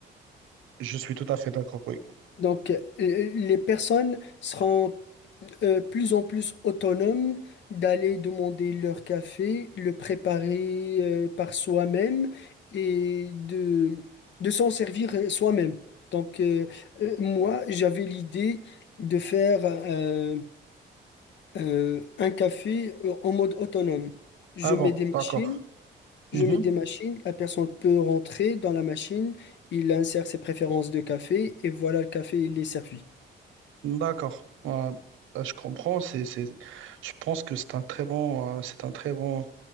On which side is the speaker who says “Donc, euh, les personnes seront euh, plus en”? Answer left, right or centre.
Left